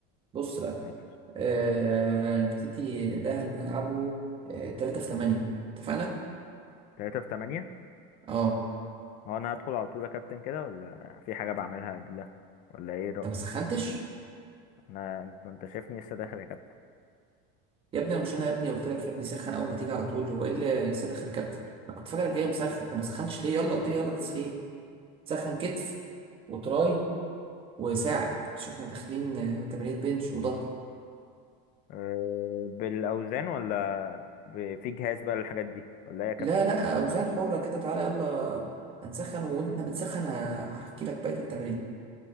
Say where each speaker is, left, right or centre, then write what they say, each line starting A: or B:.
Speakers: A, on the right; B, on the left.
A: بص بقى
B: ماشي
A: آه... نبتدي ده هنلعبه آه... 3 في 8 اتفقنا
B: 3 في 8
A: اه
B: هو انا هدخل على طول يا كابتن كده ولا في حاجة بعملها قبلها ولا ايه
A: انت ما سخنتش
B: ما انت انت شايفني لسه داخل يا كابتن
A: يا ابني مش انا يا ابني قلت لك يا ابني سخن اول ما تيجي على طول هو ايه اللي لسه داخل يا كابتن انا كنت فاكرك جاي مسخن انت ما سخنتش ليه يلا ابتدي يلا تسخين سخن كتف وتراي وساعد مش احنا داخلين آه، تمارين بنش وظهر
B: أه بالاوزان ولا ب... في جهاز بقى للحاجات دي ولا ايه يا كابتن
A: لا لا اوزان حرة كده تعالى يلا هنسخن واحنا بنسخن ه- هحكي لك بقية التمارين